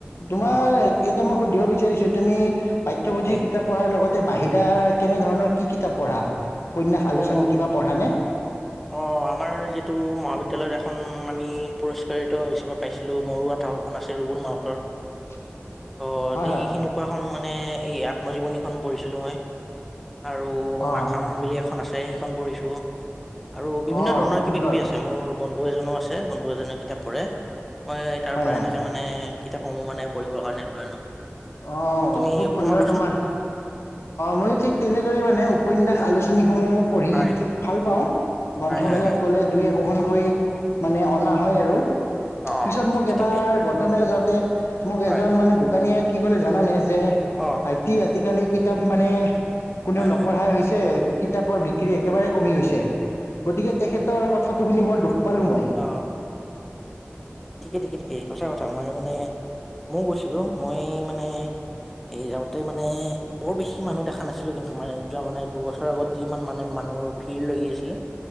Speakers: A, on the left (about 75°); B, in the centre.
A: তোমাৰ
B: অ
A: এতিয়া মই সুধিব বিচাৰিছো তুমি পাঠ্যপুথি
B: হয়
A: কিতাপ পঢ়াৰ লগতে বাহিৰা কেনে ধৰণৰ কি কিতাপ পঢ়া? উপন্যাস আলোচনী
B: অ
A: কিবা পঢ়া নে?
B: অ', আমাৰ যিটো মহাবিদ্যালয়ত এখন আমি পুৰস্কৃত হিচাপে পাইছিলোঁ মৰুৱাঠ ফপোন আছে ৰুবুল মাউতৰ।
A: <unintelligible> <unintelligible>
B: অ',
A: হয়
B: এইখনেকুৱা
A: হয়।
B: খন মানে এই আত্মজীৱনীখন পঢ়িছিলো মই। আৰু
A: অ',
B: মাকাম বুলি এখন আছে সেইখন পৰিঢ়ছো। আৰু বিভিন্ন
A: অ',
B: ধৰণৰ
A: খুব সুন্দৰ।
B: কিবা কিবি আছে, মোৰ বন্ধু এজনো আছে বন্ধু এজনে কিতাপ পঢ়ে। মই তাৰ
A: হয়,
B: পৰা
A: হয়।
B: এনেকে মানে কিতাপসমূহ মানে পঢ়িবৰ কাৰণে লৈ আনো।
A: অ',
B: তুমি
A: খুব সুন্দৰ
B: কোৱাচোন
A: তোমাৰ, মইো ঠিক তেনেদৰে মানে উপন্যাস আলোচনীসমূহ পঢ়ি
B: হয়
A: ভাল পাওঁ, গ্ৰন্থমেলাত
B: হয় হয় হয়
A: গ'লে দুই একোখনকৈ মানে অনা হয় আৰু।
B: অ
A: পিছত মোক
B: ঠিকে
A: এবাৰ
B: ঠিকে
A: গ্ৰন্থমেলা যাওঁতে মোক
B: হয়
A: এজন মানে দোকানীয়ে কি ক'লে জানানে? যে
B: অ
A: ভাইটি আজিকালি কিতাপ মানে কোনেও
B: হয়
A: নপঢ়াই
B: হয়
A: হৈছে কিতাপৰ বিক্ৰী একেবাৰে কমি গৈছে, গতিকে তেখেতৰ কথাটো শুনি বৰ দুখ পালোঁমই।
B: অ ঠিকে ঠিকে ঠিকে সচা কথা মই মানে, মৌ গৈছিলো মই মানে এই যাওঁতে মানে বৰ বেছি মানুহ দেখা নাছিলো কিন্তু মানে যোৱা মানে দুবছৰৰ আগত যিমান মানে মান মোৰ ভিৰ লাগি আছিলে।